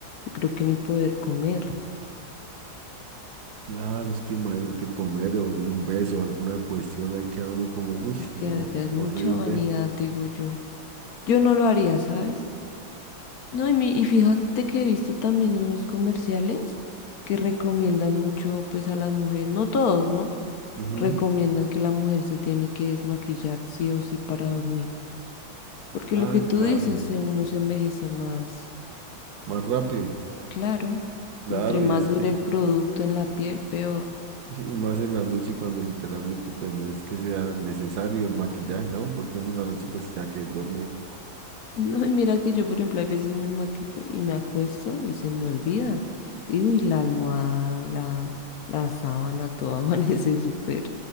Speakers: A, on the left; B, on the right.
A: Y creo que ni poder comer.
B: Claro, es que imagínate comer o un beso, alguna cuestión, ahí queda uno como, uy,
A: Pues
B: no,
A: ya, ya es mucha
B: horrible.
A: vanidad, digo yo. Yo no lo haría, ¿sabes? No, y, mi, y fíjate que he visto también en los comerciales que recomiendan mucho pues a las mujeres, no todos, ¿no?
B: Ujú.
A: Recomiendan que la mujer se tiene que desmaquillar sí o sí para dormir. Porque
B: Ah,
A: lo que tú
B: claro,
A: dices, eh, uno se envejece más,
B: más rápido,
A: claro.
B: claro,
A: Entre más
B: y es
A: dure
B: que,
A: el producto en la piel, peor.
B: y más en la noche cuando literalmente pues no es que sea necesario el maquillaje, ¿no? Porque uno en la noche pues ya que dormir,
A: No, y mira que yo, por ejemplo, hay veces me maquillo y me acuesto y se me olvida. Y uy, la almohada, la, la sábana, todo <laughs> amanece súper,